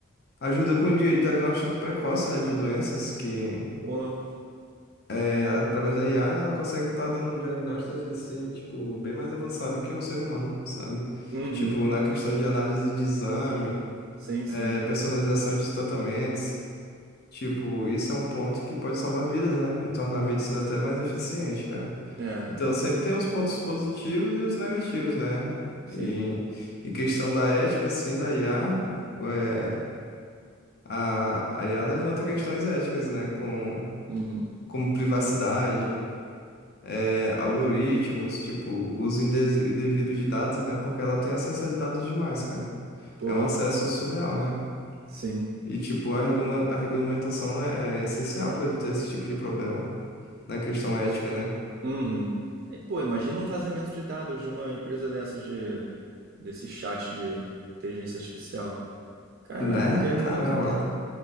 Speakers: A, on the left; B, on the right.
A: ajuda com o di- diagnóstico precoce, né, de doenças que
B: Pô,
A: É, através da IA, né, ela consegue estar dando um diagnóstico assim, tipo, bem mais avançado que um ser humano, sabe?
B: uhum,
A: Tipo, na questão de análise de exame,
B: sim, sim.
A: é, personalização de tratamentos, tipo, isso é um ponto que pode salvar vidas, né? E tornar a medicina até mais eficiente, cara.
B: É,
A: Então, sempre tem os pontos positivos e os negativos, né?
B: sim,
A: E, e questão da ética, assim, da IA, é, a, a IA levanta questões éticas, né? Com,
B: uhum.
A: como privacidade. é, algoritmos, tipo, uso indese- indevido de dados, né? Porque ela tem acesso a dados demais, cara.
B: Pô,
A: É um acesso surreal, né?
B: Sim.
A: E, tipo, a regula- a regulamentação é essencial para evitar esse tipo de problema na questão ética, né?
B: Uhum. E, pô, imagina um vazamento de dados de uma empresa dessas de desse chat de inteligência artificial. Caraca,
A: Né?
B: é muito.
A: Caramba,